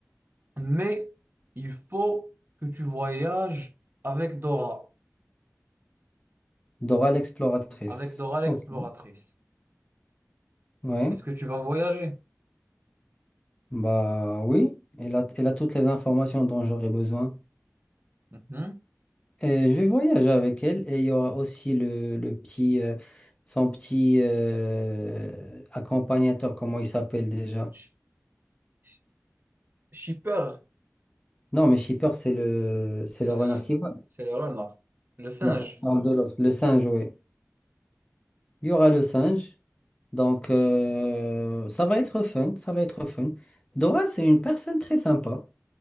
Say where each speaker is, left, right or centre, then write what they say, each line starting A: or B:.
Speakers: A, on the right; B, on the left.
A: mais il faut que tu voyages avec Dora,
B: Dora l'exploratrice.
A: avec Dora l'exploratrice.
B: Ok, ouais.
A: Est-ce que tu vas voyager?
B: Bah oui, elle a, elle a toutes les informations dont j'aurais besoin.
A: Mhm.
B: Euh, je vais voyager avec elle et il y aura aussi le, le petit, euh, son petit euh, accompagnateur, comment il s'appelle déjà?
A: Sh- sh- Shipper,
B: Non, mais Shipper, c'est le, c'est
A: c'est
B: le renard
A: le,
B: qui vole.
A: c'est le renard, le singe.
B: Non, je parle de l'autre, le singe, oui. Il y aura le singe, donc euh, ça va être fun, ça va être fun. Dora, c'est une personne très sympa.